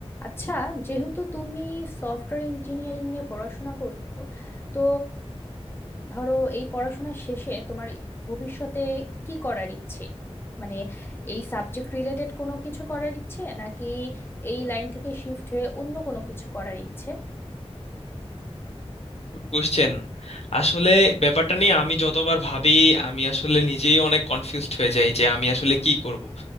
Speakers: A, on the left (about 20°); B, on the left (about 70°).
A: আচ্ছা যেহেতু তুমি সফটওয়্যার ইঞ্জিনিয়ারিং নিয়ে পড়াশোনা করছো তো ধরো এই পড়াশোনা শেষে তোমার ভবিষ্যতে কি করার ইচ্ছে মানে এই সাবজেক্ট রিলেটেড কোনো কিছু করার ইচ্ছে নাকি এই লাইন থেকে শিফট হয়ে অন্য কোনো কিছু করার ইচ্ছে
B: Good question আসলে ব্যাপারটা নিয়ে আমি যতবার ভাবি আমি আসলে নিজেই অনেক কনফিউজড হয়ে যাই যে আমি আসলে কি করব